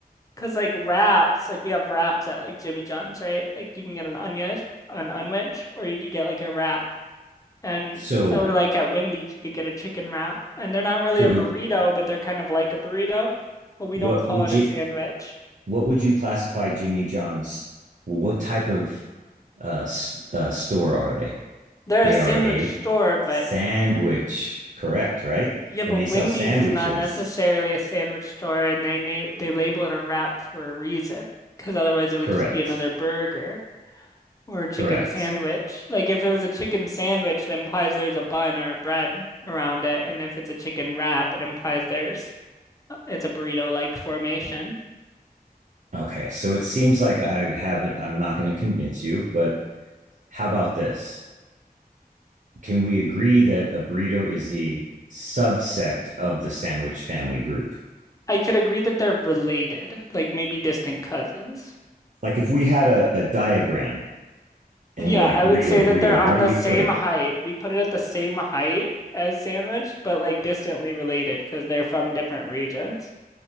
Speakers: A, on the left (about 20°); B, on the right (about 55°).
A: Cause like wraps, like we have wraps at like Jimmy John's, right? Like you can get an onion, an unwedge, or you could get like a wrap. And
B: So
A: or like at Wendy's, you could get a chicken wrap. And they're not really
B: so
A: a burrito, but they're kind of like a burrito, but we
B: what
A: don't call
B: would
A: it a
B: you
A: sandwich.
B: what would you classify Jimmy John's? What type of uh, uh, store are they?
A: They're
B: They
A: a sandwich
B: are a
A: store, but
B: sandwich, correct? Right,
A: yeah, but
B: and they
A: Wendy's
B: sell sandwiches,
A: is not necessarily a sandwich store, and they name they label it a wrap for a reason, because otherwise it
B: correct?
A: would just be another burger. Or a chicken
B: Correct.
A: sandwich. Like if it was a chicken sandwich, that implies there's a bun or a bread around it. And if it's a chicken wrap, it implies there's uh, it's a burrito-like formation.
B: Okay, so it seems like I haven't, I'm not going to convince you, but how about this? Can we agree that a burrito is the subsect of the sandwich family group?
A: I could agree that they're related, like maybe distant cousins.
B: Like if we had a, a diagram and
A: Yeah,
B: we're like,
A: I
B: burrito,
A: would say
B: burrito,
A: that they're on
B: where do
A: the
B: we
A: same
B: put it?
A: height. We put it at the same height as sandwich, but like distantly related because they're from different regions.